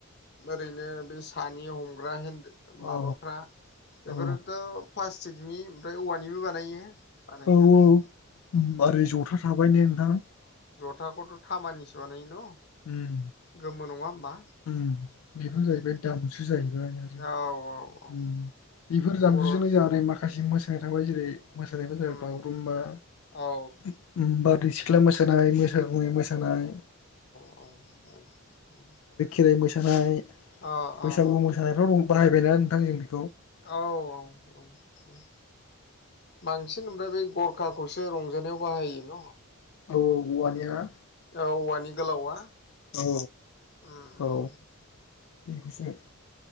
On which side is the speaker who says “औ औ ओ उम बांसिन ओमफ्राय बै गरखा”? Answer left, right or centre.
Left